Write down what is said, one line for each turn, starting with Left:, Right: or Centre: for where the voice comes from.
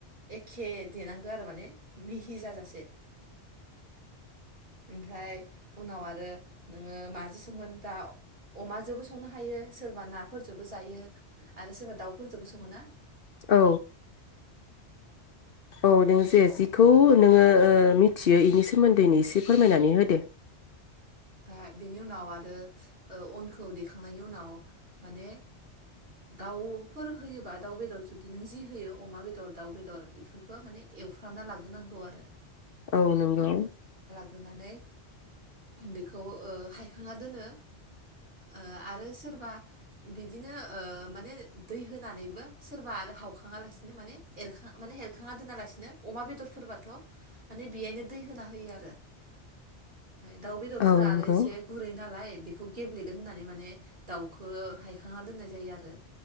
Right: एखे देनांगौ आरो माने मिहि जाजासे ओमफ्राय उनाव आरो नोङो माजों संगोन दाउ अमाजोंबो संनो हायो सोरबा नाफोरजोंबो जायो आरो सोरबा दाउफोरजोंबो सङोना
Left: औ औ नों जे
Right: अ
Left: जिखौ
Right: अ
Left: नोङो ओ मि मिथियो बेनि सोमोन्दैनो एसे फोरमायनानै होदो
Right: ओ बेनि उनाव आरो ओ अनखौ देखांनायनि उनाव माने दाउफोर होयोबा ओ दाउ बेदर जुदि नों जि होयो अमा बेदर दाउ बेदर बेफोरखौ माने एवफ्रामना लाग्रोनांगौ आरो
Left: औ नंगौ
Right: नानै बेखौ ओ हायखांना दोनो ओ आरो सोरबा बिदिनो ओ माने दै होनानैबो सोरबा आरो हावखाङा लासिनो माने एर माने एरखाङा दोनालासिनो अमा बेदरफोरबाथ' माने बेयायनो दै होना होयो आरो ओमफ्राय दाउ बेदरफोरा
Left: औ नंगौ
Right: आरो एसे गुरै नालाय बेखौ गेब्लेगोन होननानै माने दाउखौ हायखांना दोननाय जायो आरो